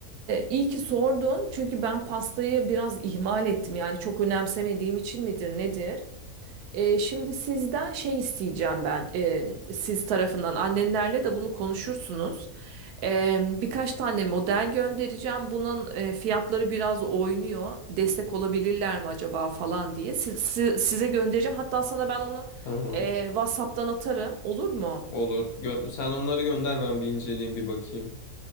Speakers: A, on the right; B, on the left.
A: iyi ki sordun çünkü ben pastayı biraz ihmal ettim yani çok önemsemediğim için midir nedir? Ee, şimdi sizden şey isteyeceğim ben ee, siz tarafından annenlerle de bunu konuşursunuz. Ee, birkaç tane model göndereceğim. Bunun e, fiyatları biraz oynuyor. Destek olabilirler mi acaba falan diye. Siz- si- size göndereceğim. Hatta sana ben onu
B: Tamam.
A: e, WhatsApp'tan atarım. Olur mu?
B: Olur. Gö- sen onları gönder ben bir inceleyeyim bir bakayım.